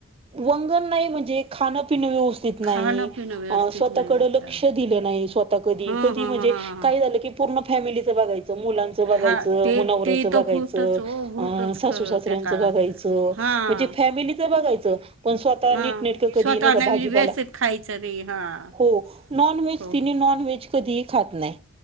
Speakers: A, on the right (about 30°); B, on the right (about 85°).
A: वंगन नाही म्हणजे खाणपिणं व्यवस्थित नाही.
B: खाणं पिणं व्यवस्थित
A: अ स्वतःकड
B: नाही अच्छा
A: लक्ष दील नाही स्वतः कधी,
B: हां
A: कधी
B: हां
A: म्हणजे
B: हां हां हां
A: काही झाल की पूर्ण फॅमिलीच बघाय चं मुलांचं बघायचं
B: हां ते
A: म नवरऱ्याचं
B: ते तर
A: बघायचं
B: होतच हो होतच
A: अ सासू
B: खरं
A: सासऱ्यांच
B: त्या काळात
A: बघायचं.
B: हां
A: म्हणजे फॅमिलीच बघ घायचं पण स्वतः
B: हां
A: नीटनीटक कधी
B: स्वतः
A: नही का
B: नाही
A: भाजीपाला
B: व्यवस्थित खायचं रे हां
A: हो नॉन वेज
B: खूप
A: तिनी नॉनव्हेज कधी ही खात नाय.